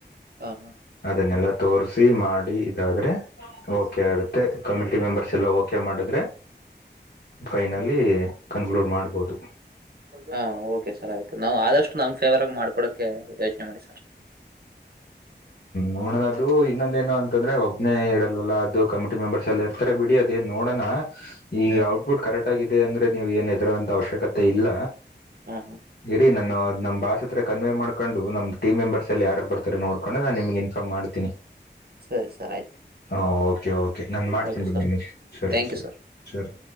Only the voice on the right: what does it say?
ಹಾ ಹಾ
ಹಾ ಓಕೆ ಸರ್ ಆಯ್ತು ನಾವು ಆದಷ್ಟು ನಮ್ಮ್ ಫೇವರ್ಗ ಮಾಡ್ಕೊಕೆ ಯೋಚನೆ ಮಾಡಿ ಸರ್.
ಹ್ಮ್ ಹ್ಮ್
ಹಾ ಹಾ
ಸರಿ ಸರ್ ಆಯ್ತು.
ಓಕೆ
ಸರ್
ಥ್ಯಾಂಕ್
ಯು ಸರ್